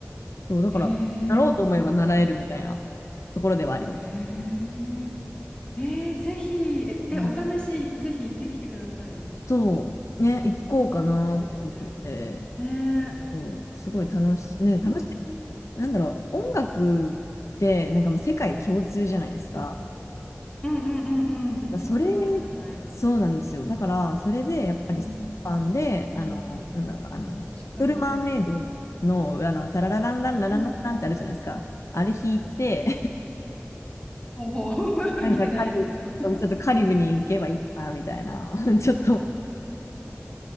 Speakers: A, on the left; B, on the left.
A: そう、だから、
B: ええ
A: なろうと思えば習えるみたいなところではあります。
B: ええええぜひ、え、
A: うん
B: お試し、ぜひ行ってきてくださいよ。
A: そう、ね、行こうかなと思ってて、
B: トライアル。ねえ。
A: こうすごい楽し、
B: 白い。
A: ね、楽しい。なんだろう、音楽ってなんかもう世界共通じゃないですか。
B: うん
A: だ
B: うんうんうんうん。
A: それ、
B: 言葉いらない。
A: そうなんですよ。だから、それでやっぱりスパンで、
B: うん。
A: あの、
B: うん。
A: なんだろう、あの、
B: 確かに。
A: リトル・マーメイドの、あの、タララランランラランランランってあるじゃないですか。
B: うん。
A: あれ弾いて、
B: ほうほうほう。
A: <laughs> なんかカリブ、
B: <laughs> 見てないですけど。<laughs>
A: ちょっとカリブに行けばいいかな、みたいな、<laughs> ちょっと